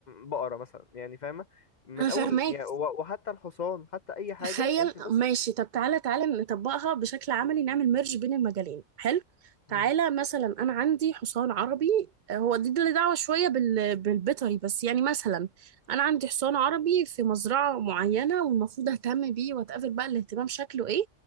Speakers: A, on the left (about 40°); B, on the right (about 50°).
A: بقره مثلا يعني فاهمه من
B: انا فاهماك
A: اول يعني و- وحتى الحصان حتى اي حاجه
B: تخيل
A: انت بس
B: ماشي طب تعالى تعالى نطبقها بشكل عملي نعمل ميرج بين المجالين حلو تعالى
A: مم.
B: مثلا انا عندي حصان عربي آه، هو دي اللي دعوه شويه بال... بالبيطري بس يعني مثلا انا عندي حصان عربي في مزرعه معينه والمفروض اهتم بيه واتقابل بقى الاهتمام شكله ايه